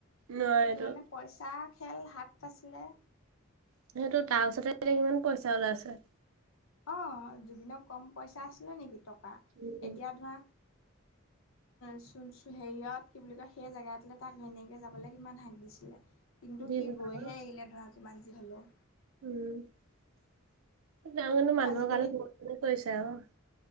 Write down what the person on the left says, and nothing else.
ত মানে পইচা খেল হাত আছিলে।
অ, জুবিনৰ কম পইচা আছিলে নেকি টকা
এতিয়া ধৰা চ হেৰিয়ত কি বুলি কয় সেই জেগাতলে তাক ঘৈনীয়োকে যাবলৈ কিমান হাক দিছিলে। কিন্তু
সি
গৈ হে এৰিলে ধৰা যিমান যি হ'লেও,
আজিকালি